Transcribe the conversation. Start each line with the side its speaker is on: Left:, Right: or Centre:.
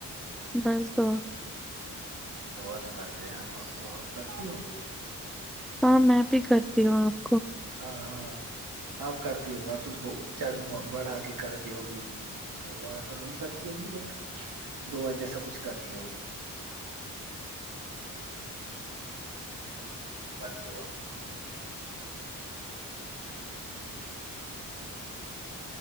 Centre: بس دعا
Right: دعا تو کرتے ہم آپ کو آپ کرتی ہو
Centre: ہاں میں بھی کرتی ہوں آپ کو
Right: ہاں ہاں آپ کرتی ہوگی آپ تو چڑ بڑا کے کرتی ہوگی دعا تو نہیں کرتی ہوگی بٹ دعا جیسا کچھ کرتی ہوگی بد دعا